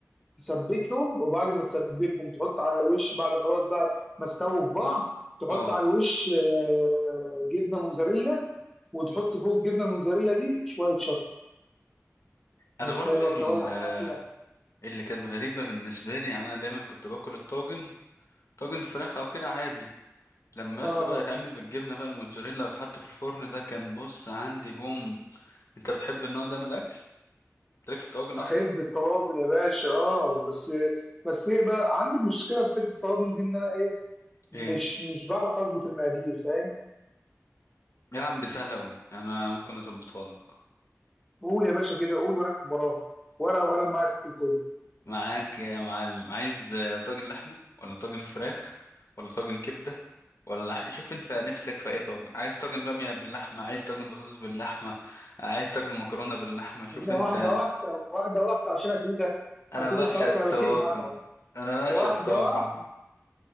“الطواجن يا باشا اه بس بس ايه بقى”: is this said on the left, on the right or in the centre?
Centre